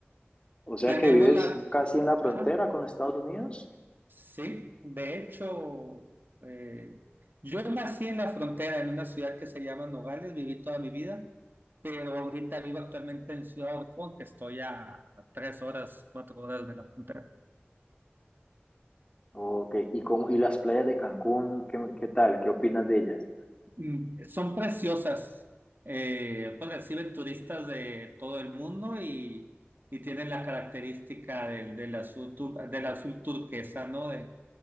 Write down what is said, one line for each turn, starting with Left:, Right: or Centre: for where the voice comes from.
Left: o sea
Right: Tenemos
Left: que vives
Right: la...
Left: casi en la frontera
Right: Ajá,
Left: con Estados Unidos.
Right: sí, de hecho, eh, yo nací en la frontera, en una ciudad que se llama Nogales, viví toda mi vida, pero ahorita vivo actualmente en Ciudad Obregón, que estoy a a tres horas, cuatro horas de la frontera.
Left: Ok, ¿y cómo, y las playas de Cancún, qué, qué tal? ¿Qué opinas de ellas?
Right: Mm, Son preciosas. Eh, pues reciben turistas de todo el mundo y, y tienen la característica del, del azul, tur- del azul turquesa, ¿no? De,